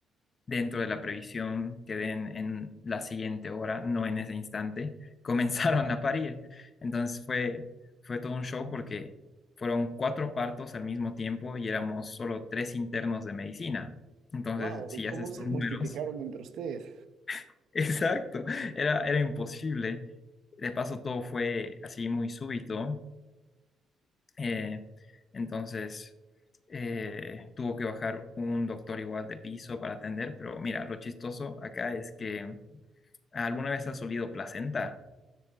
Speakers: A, on the left; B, on the right.
A: dentro de la previsión que den en la siguiente hora, no en ese instante, <laughs> comenzaron a parir. Entonces fue, fue todo un show porque fueron cuatro partos al mismo tiempo y éramos solo tres internos de medicina. Entonces,
B: Wow,
A: si
B: ¿y cómo
A: haces
B: se
A: tus
B: multiplicaron
A: números,
B: entre ustedes?
A: <laughs> exacto, era, era imposible. De paso, todo fue así muy súbito. eh, entonces, eh, tuvo que bajar un doctor igual de piso para atender, pero mira, lo chistoso acá es que ¿Alguna vez has olido placenta?